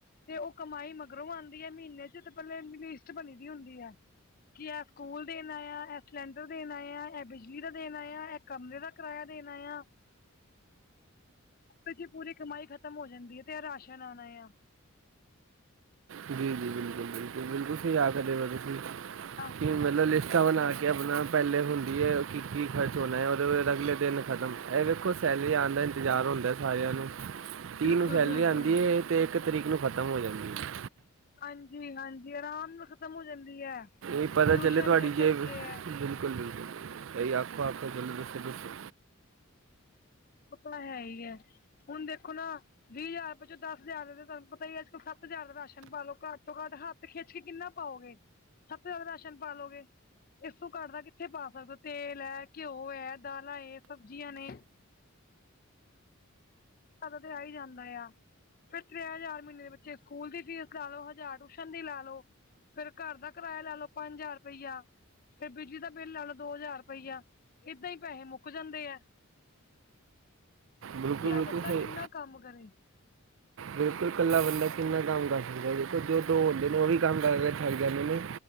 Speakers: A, on the left; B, on the right.
A: ਤੇ ਉਹ ਕਮਾਈ ਮਗਰੋਂ ਆਂਦੀ ਐ ਮਹੀਨੇ ਚ, ਤੇ ਪਹਿਲੇ ਲਿਸਟ ਬਣੀ ਦੀ ਹੁੰਦੀ ਐ, ਕੀ ਐ ਸਕੂਲ ਦੇਣਾਂ ਆ, ਐ ਸਿਲੰਡਰ ਦੇਣਾ ਆ, ਐ ਬਿਜਲੀ ਦਾ ਦੇਣਾ ਆ, ਐ ਕਮਰੇ ਦਾ ਕਿਰਾਇਆਂ ਦੇਣਾਂ ਆ। <inaudible> ਏਦੇ ਚ ਪੂਰੀ ਕਮਾਈ ਖ਼ਤਮ ਹੋ ਜਾਂਦੀ ਐ, ਤੇ ਏ ਰਾਸ਼ਨ ਆਣਾ ਆ।
B: ਜੀ- ਜੀ। ਬਿਲਕੁਲ- ਬਿਲਕੁਲ, ਬਿਲਕੁਲ ਸਹੀ ਆਖ਼ਦੇ ਪਏ ਓ ਤੁਸੀਂ,
A: ਹਾਂ
B: ਕਿ ਮਤਲਬ ਲਿਸਟਾਂ ਬਣਾ ਕੇ ਆਪਣਾਂ ਪਹਿਲੇ ਹੁੰਦੀ ਐ, ਕਿ- ਕੀ ਖਰਚ ਹੋਣਾਂ ਉਹਦੇ ਬਾਅਦ ਅਗਲੇ ਦਿਨ ਖ਼ਤਮ, ਐਹ ਵੇਖੋ ਸੈਲਰੀ ਆਣ ਦਾ ਇੰਤਜ਼ਾਰ ਹੁੰਦਾਂ। ਆਇਆ ਨੂੰ।
A: <inaudible>
B: ਤੀਹ ਨੂੰ ਸੈਲਰੀ
A: ਬਿਲਕੁਲ
B: ਆਂਦੀ ਏ, ਤੇ ਇੱਕ ਤਰੀਕ ਨੂੰ ਖ਼ਤਮ ਹੋ ਜਾਂਦੀ ਏ।
A: ਹਾਂਜੀ- ਹਾਂਜੀ ਅਰਾਮ ਨਾਲ਼ ਖਤਮ ਹੋ ਜਾਂਦੀ ਐ,
B: ਇਹ ਪਤਾ
A: ਟਿਊਸ਼ਨ
B: ਚੱਲੇ ਤੁਹਾਡੀ
A: ਦੇ
B: ਜੇਬ
A: ਖਰਚੇ ਐ।
B: ਬਿਲਕੁਲ- ਬਿਲਕੁਲ ਕਈ ਆਪੋ ਆਪ <unintelligible>
A: ਓਹ ਤਾਂ ਹੈ ਈ ਐ, ਹੁਣ ਦੇਖੋ ਨਾ। ਵੀਹ ਹਜ਼ਾਰ ਪਿੱਛੋਂ ਦਸ ਹਜ਼ਾਰ ਰੁਪਏ ਤੁਹਾਨੂੰ ਪਤਾ ਈ ਐ ਅੱਜ ਕਲ, ਸੱਤ ਹਜ਼ਾਰ ਦਾ ਰਾਸ਼ਨ ਪਾਲੋ ਘੱਟ ਤੋਂ ਘੱਟ ਤੇ ਖਿੱਚ ਕੇ ਕਿੰਨਾ ਪਾਓਗੇ, ਸੱਤ ਹਜਾਰ ਦਾ ਰਾਸ਼ਨ ਪਾਲੋਗੇ। ਇਸ ਤੋਂ ਘੱਟ ਦਾ ਕਿੱਥੇ ਪਾ ਸਕਦੇ ਔ, ਤੇਲ ਐ ਘਿਓ ਐ, ਦਾਲਾਂ ਏ ਸਬਜ਼ੀਆਂ ਨੇ। ਹਾਡਾ ਤੇ ਆ ਈ ਜਾਂਦਾ ਆ। ਫੇਰ ਤਰੈ ਹਜ਼ਾਰ ਮਹੀਨੇ ਦੇ ਬੱਚੇ ਦੀ ਸਕੂਲ ਦੀ ਫੀਸ ਲਾ ਲੋ, ਹਜ਼ਾਰ ਟਿਊਸ਼ਨ ਦੀ ਲਾ ਲੋੋ। ਫੇਰ ਘਰ ਦਾ ਕਿਰਾਇਆਂ ਲਾ ਲਓ, ਪੰਜ ਹਜ਼ਾਰ ਰੁਪਇਆ। ਫੇਰ ਬਿਜਲੀ ਦਾ ਬਿੱਲ ਲਾ ਲਓ ਦੋ ਹਜ਼ਾਰ ਰੁਪਈਆ, ਏਦਾਂ ਈ ਪੈਹੇ ਮੁੱਕ ਜਾਂਦੇ ਆ।
B: ਬਿਲਕੁਲ
A: ਕੱਲਾ
B: ਬਿਲਕੁਲ
A: ਬੰਦਾਂ
B: ਸਹੀ
A: ਕਿੰਨਾਂ ਕੰਮ ਕਰੇ।
B: ਬਿਲਕੁਲ ਕੱਲਾ ਬੰਦਾਂ ਕਿੰਨਾਂ ਕੰਮ ਕਰ ਸਕਦਾਂ ਐ, ਦੇਖੋ ਜੋ ਦੋ ਬੰਦੇ ਨੇ ਉਹ ਵੀ ਕੰਮ ਕਰਕੇ ਥੱਕ ਜਾਂਦੇ ਨੇ।